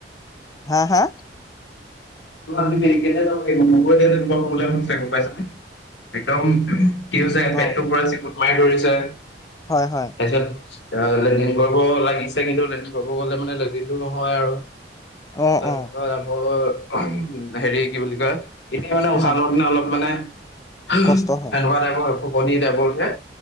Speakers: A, on the left; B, on the left.
A: হা হা?
B: হ'লেও আমি দেৰিকে এতিয়া যাব লাগিব, মোৰো এতিয়া তেনেকুৱা প্ৰব্লেম গৈছেহে গম পাইছা নে, একদম। কি হৈ যায়,
A: অ
B: পেটটোৰ পুৰা চিকুত মাৰি ধৰিছে।
A: হয় হয়।
B: তাৰপিছত লেতিন কৰিব লাগিছে, কিন্তু লেদিন কৰিব গলে মানে লেদিনটো নহয় আৰু
A: অ
B: তাৰপিছত
A: অ
B: আকৌ, উ হেৰি কি বুলি কয়? এনেই মানে
A: উম
B: উশাহ লওঁতে অলপ মানে, সেনেকুৱা
A: কষ্ট হয়
B: টাইপৰ ফেফনি টাইপৰ যে,